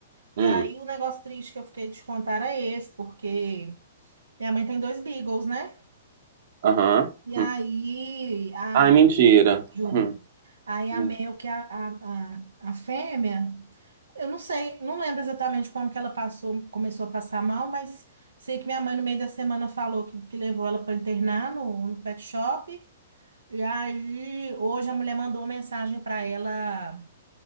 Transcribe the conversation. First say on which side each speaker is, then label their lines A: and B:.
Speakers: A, on the right; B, on the right.
A: E
B: hum,
A: aí o negócio triste que eu fiquei de te contar é esse, porque minha mãe tem dois Beagles, né?
B: Aham.
A: E aí,
B: hum.
A: a,
B: Ai, mentira.
A: juro.
B: Hum.
A: Aí a
B: hum.
A: Mel, que é a, a, a, a fêmea, eu não sei, não lembro exatamente como que ela passou, começou a passar mal, mas sei que minha mãe no meio da semana falou que, que levou ela para internar no, no pet shop. E aí, hoje a mulher mandou uma mensagem para ela